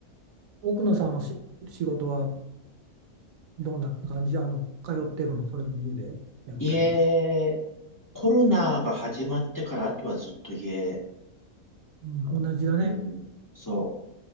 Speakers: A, on the right; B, on the left.
A: 奥野さんはし仕事はどんな感じであの、通ってるのそれでも家でやったり。
B: 家、コロナが始まってから、あとはずっと家。
A: うん、同じだね。
B: うん。そう。